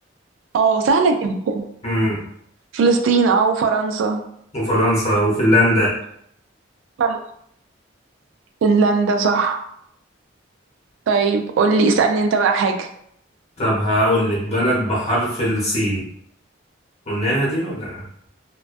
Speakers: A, on the right; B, on the left.
A: اه سهلة جدا
B: مم.
A: فلسطين اه وفرنسا
B: وفرنسا وفنلندا
A: صح. فنلندا صح طيب قولي اسألني انت بقى حاجة
B: طب هقول لك بلد بحرف السين قلناها دي ولا